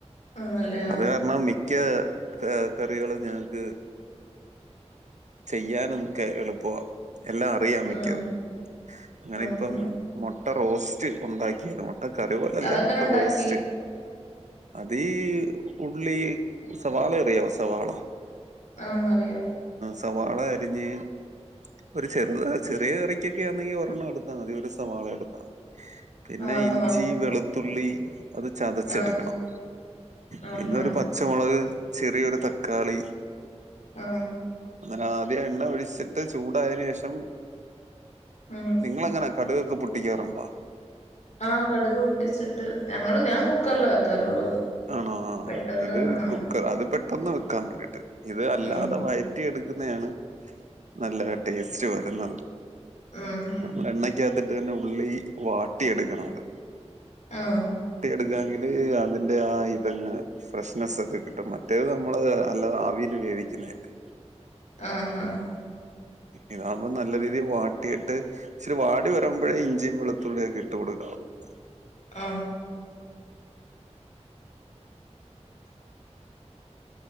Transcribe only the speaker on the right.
അത് കാരണം മിക്ക കറികളും ഞങ്ങക്ക് ചെയ്യാനുംക്കെ എളുപ്പ എല്ലാം അറിയാം മിക്കതും
അങ്ങനെ
ഇപ്പം
മുട്ട റോസ്റ്റ് ഉണ്ടാക്കിയേക്കണ് ആ കറി പോലല്ല
മുട്ട
റോസ്റ്റ് അതീ ഉള്ളി സവാള അറിയാവോ സവാളാ
സവാള അരിഞ്ഞ് ഒരു ചെറുത ചെറിയ കറിക്കൊക്കെ ആണെങ്കിൽ ഒരെണ്ണം എടുത്താൽ മതി ഒരു സവാള എടുത്ത പിന്നെ
ഇഞ്ചി
വെളുത്തുള്ളി അത് ചതച്ചെടുക്കണം
പിന്നെ
ഒരു പച്ചമുളക് ചെറിയൊരു തക്കാളി
അന്നേരം ആദ്യം എണ്ണ ഒഴിച്ചിട്ട് ചൂടായേന് ശേഷം
നിങ്ങളെങ്ങന കടുക് പൊട്ടിക്കാറുണ്ടോ
ആണോ ആഹ്
ഇത്
കുക്കർ അത് പെട്ടെന്ന് വെക്കാൻ വേണ്ടീട്ട് ഇത് അല്ലാതെ
വയറ്റി എടുക്കുന്നെ ആണ് നല്ല ടേസ്റ്റ് വരുന്നത്
നമ്മള് എണ്ണക്കാത്തിട്ട് തന്നെ ഉള്ളി വാട്ടി എടുക്കണം അത്
എടുക്കാങ്കില് അതിൻ്റെ ആ ഇതങ്ങ് ഫ്രഷ്നസ് ഒക്കെ കിട്ടും മറ്റേത് നമ്മള് അല്ലാതെ ആവിയിൽ വേവിക്കുന്നല്ലേ
ഇതാവുമ്പോ നല്ല രീതിയിൽ വാട്ടിയിട്ട് ഇച്ചരി വാടി വരുമ്പോഴേ ഇഞ്ചിയും വെളുത്തുള്ളിയും ഒക്കെ ഇട്ട് കൊടുക്കാവുള്ളുന്ന